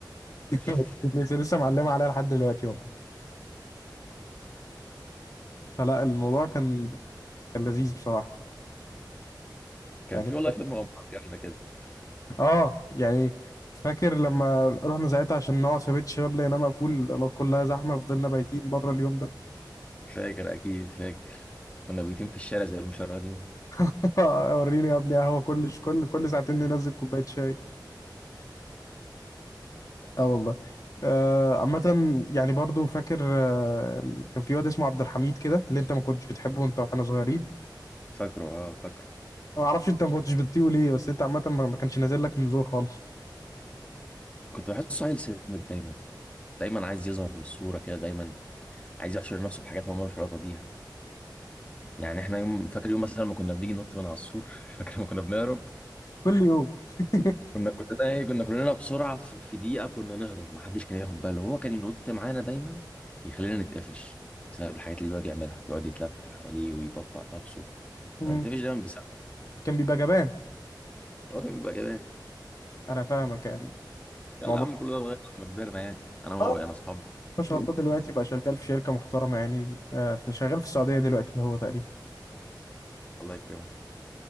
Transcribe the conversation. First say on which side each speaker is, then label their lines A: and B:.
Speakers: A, on the left; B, on the left.
A: <laughs>
B: <laughs>
A: لسه لسه معلمة عليها لحد دلوقتي والله فلا الموضوع كان كان لذيذ بصراحة
B: كان
A: يعني
B: في والله شوية مغامرات جامدة كده
A: اه يعني فاكر لما رحنا ساعتها عشان نقعد في بيت الشباب لقيناه مقفول كلها زحمة فضلنا بايتين بره اليوم ده
B: فاكر أكيد فاكر كنا بيتين في الشارع زي المشردين
A: <laughs> آه، وريني يا ابني قهوه كل كل كل ساعتين ننزل كوبايه شاي اه والله آه، عامة يعني برضو فاكر آه، كان في واد اسمه عبد الحميد كده اللي انت ما كنتش بتحبه وانت واحنا صغيرين
B: فاكره اه فاكره
A: ما اعرفش انت ما كنتش بتطيقه ليه بس انت عامة ما ما كانش نازل لك من زور خالص
B: كنت بحسه عيل سمج دايما دايما عايز يظهر في الصورة كده دايما عايز يحشر نفسه في حاجات هو مالوش علاقة بيها يعني احنا يوم فاكر يوم مثلا ما كنا بنيجي ننط من على السور <laughs> فاكر ما كنا بنهرب
A: كل يوم <laughs>
B: كنا كلنا ايه كنا كلنا بسرعة في في دقيقة كنا نهرب ما حدش كان ياخد باله هو كان ينط معانا دايما يخلينا نتقفش بسبب الحاجات اللي بيقعد يعملها يقعد يتلفت حواليه ويبطأ نفسه
A: مم.
B: كنا بنتقفش دايما بسبب
A: كان بيبقى جبان
B: هو كان بيبقى جبان
A: انا فاهمك يعني
B: يلا
A: الموضوع
B: يا عم كل ده اتغير لما كبرنا يعني انا وهو
A: اه
B: بقينا اصحاب
A: ما شاء الله دلوقتي بقى شغال في شركة محترمة يعني آه، في- شغال في السعودية دلوقتي هو تقريبا
B: الله يكرمه